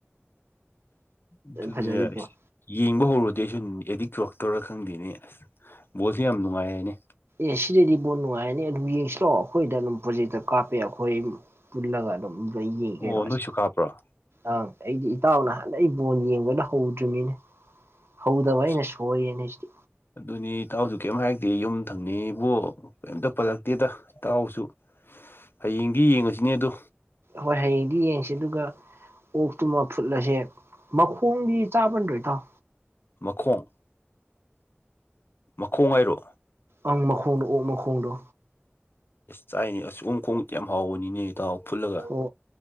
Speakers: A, on the left; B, on the right.
A: ꯑꯗꯨꯅꯦꯁ
B: ꯐꯖꯔꯤ ꯄꯣꯠ
A: ꯌꯦꯡꯕ ꯍꯧꯔꯨꯔꯗꯤ ꯑꯩ ꯁꯨꯝ ꯑꯦꯗꯤꯛ ꯆ꯭ꯔꯛꯇꯧꯔ ꯈꯪꯗꯦꯅꯤ ꯑꯁ ꯕꯣꯜꯁꯦ ꯌꯥꯝ ꯅꯨꯡꯉꯥꯏ ꯍꯥꯏꯅꯦ
B: ꯑꯦ ꯁꯤꯗꯗꯤ ꯕꯣꯠ ꯅꯨꯡꯉꯥꯏꯔꯅꯤ ꯑꯗꯨꯝ ꯌꯦꯡꯁꯤꯂꯛꯑꯣ ꯑꯩꯈꯣꯏꯗ ꯑꯗꯨꯝ ꯄ꯭ꯔꯣꯖꯦꯛꯇ ꯀꯥꯞꯄꯦ ꯑꯩꯈꯣꯏ ꯄꯨꯜꯂꯒ ꯑꯗꯨꯝ
A: ꯑꯣ
B: ꯀꯩꯅꯣꯁ
A: ꯅꯣꯏꯁꯨ ꯀꯥꯞꯄ꯭ꯔꯣ
B: ꯑꯪ ꯑꯩꯗꯤ ꯏꯇꯥꯎ ꯅꯍꯥꯟꯩ ꯕꯣꯟ ꯌꯦꯡꯕ ꯐꯅ ꯍꯧꯗ꯭ꯔꯤꯕꯅꯤꯅꯦ ꯍꯧꯗꯕ ꯑꯩꯅ
A: ꯑꯁ
B: ꯁꯣꯏꯌꯦꯅꯦꯁꯤꯗꯤ
A: ꯑꯗꯨꯅꯤ ꯏꯇꯥꯎꯁꯨ ꯀꯩꯝ ꯍꯥꯏꯔꯛꯇꯦ ꯌꯨꯝ ꯊꯪꯅꯤꯡꯕꯨ ꯀꯩꯝꯇ ꯄꯜꯂꯛꯇꯦꯗ ꯏꯇꯥꯎꯁꯨ ꯍꯌꯦꯡꯗꯤ ꯌꯦꯡꯉꯁꯤꯅꯦ ꯑꯗꯣ
B: ꯍꯣꯏ ꯍꯌꯦꯡꯗꯤ ꯌꯦꯡꯁꯤ ꯑꯗꯨꯒ ꯑꯣꯛꯇꯨꯃꯥ ꯐꯨꯠꯂꯥꯖꯦ ꯃꯈꯣꯡꯗꯤ ꯆꯥꯕꯟꯗ꯭ꯔꯣ ꯏꯇꯥꯎ
A: ꯃꯈꯣꯡ-ꯃꯈꯣꯡ ꯍꯥꯏꯔꯣ
B: ꯑꯪ ꯃꯈꯣꯡꯗꯣ ꯑꯣꯛ ꯃꯈꯣꯡꯗꯣ
A: ꯆꯥꯏꯅꯦ ꯑꯁ ꯎꯝ ꯈꯣꯡ ꯌꯥꯝ ꯍꯥꯎꯕꯅꯤꯅꯦ ꯏꯇꯥꯎ ꯐꯨꯠꯂꯒ
B: ꯑꯣ